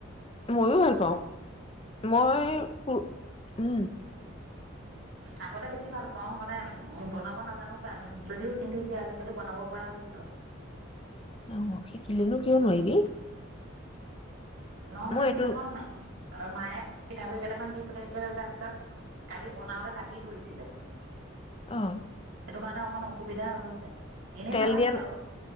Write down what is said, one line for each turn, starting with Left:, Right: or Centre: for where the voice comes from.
Left: মইও ভাল পাওঁ। মই প উম!
Right: আগতে বেছি ভাল পাওঁ মানে উ বনাব নাজানো কাৰণ যদিও কিন্তু এতিয়া আজিকালি বনাব পৰা হৈছো
Left: অহ শিকিলেনো কিয় নোৱাৰিবি,
Right: ন মানে
Left: মই
Right: সিদিনাখন
Left: এইটো
Right: আৰু মায়ে পিঠাগুড়িকেইটামান দি পঠাইছিলে তাৰপিছত কালি বনাওঁতে লাগি ধৰিছিলে।
Left: অ'
Right: সেইটো কাৰণে অকণ অসুবিধা হৈছে। এনেই
Left: তেল
Right: নালাগে
Left: দিয়া
Right: বাৰু।